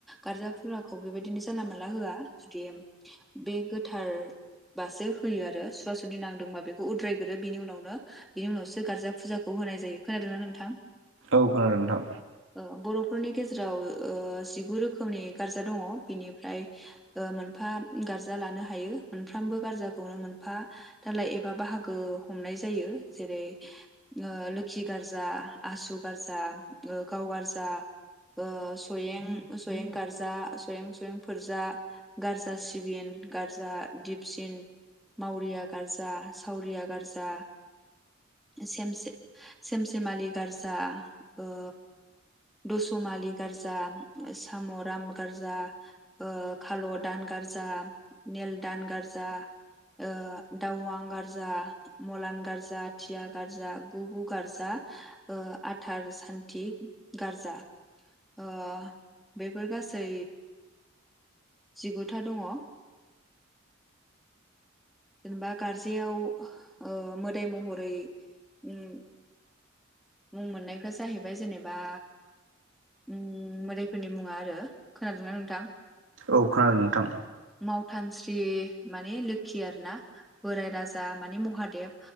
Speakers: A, in the centre; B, on the right.
A: गारजा फुजाखौ बेबायदिनो जानला मानला होआ जुदि बे गोथारबासो होयो आरो सुवा सुदि नांदोंबा बेखौ उद्रायग्रो बिनि उनावनो बिनि उनावसो गारजा फुजाखौ होनाय जायो खोनादोंना नोंथां
B: ओ खोनादों नोंथां
A: ओ बरफोरनि गेजेराव जिगु रोखोमनि गारजा दंङ बिनिफ्राय ओ मोनफा गारजा लानो हायो मोनफ्रामबो गारजाखौनो मोनफा दालाय बा बाहागो हमनाय जायो जेरै ओ लोखि गारजा आसु गारजा ओ गाव गारजा ओ सयें सयें गारजा सयें सयें फोरजा गारजा सिबिन गारजा दिपसिन मावरिया गारजा सावरिया गारजा सेमसे सेम सेमालि गारजा ओ दुस'मालि गारजा साम'राम गारजा ओ खाल'दान गारजा नेलदान गारजा ओ दाउवां गार जा मलान गारजा थिया गारजा गु गु गारजा ओ आथार सान्थि गारजा। ओ बेफोर गासै जिगुथा दंङ। जेनेबा गारजायाव ओ मोदाय महरै उम मुं मोननायफ्रा जाहैबाय जेनेबा उम मोदायफोरनि मुंङा आरो खोनादोंना नोंथां?
B: औ खोनादों नोंथां।
A: मावथानस्रि माने लोखि आरोना बोराय राजा माने महादेब।